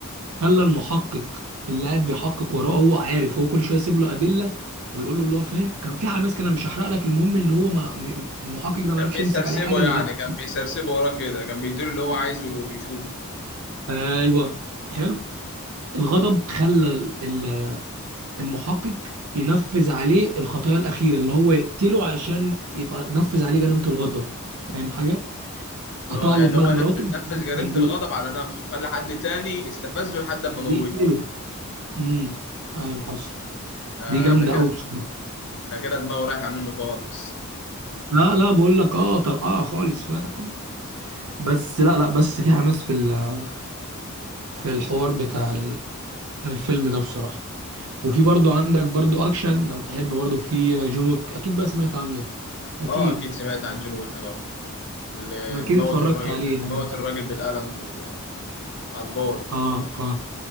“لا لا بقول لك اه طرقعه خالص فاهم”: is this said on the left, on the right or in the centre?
Right